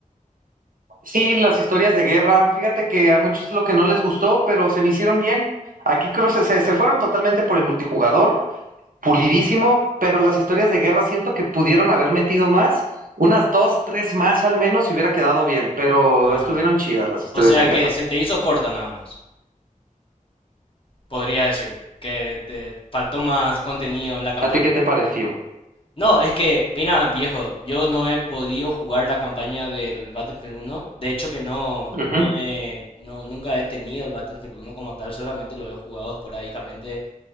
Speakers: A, on the right; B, on the left.
A: Sí, las historias de guerra, fíjate que a muchos lo que no les gustó, pero se me hicieron bien. Aquí creo que se, se se fueron totalmente por el multijugador, pulidísimo, pero las historias de guerra siento que pudieron haber metido más, unas dos, tres más al menos, y hubiera quedado bien, pero
B: Ah,
A: estuvieron chidas las historias
B: O sea
A: de guerra.
B: que se te hizo corta nada más, podría decir, que te faltó más contenido en la campaña.
A: ¿A ti qué te pareció?
B: No, es que, mira, viejo, yo no he podido jugar la campaña del Battlefield uno. De hecho que no,
A: Ujú.
B: no he, no, nunca he tenido el Battlefield uno como tal, solamente lo he jugado esporádicamente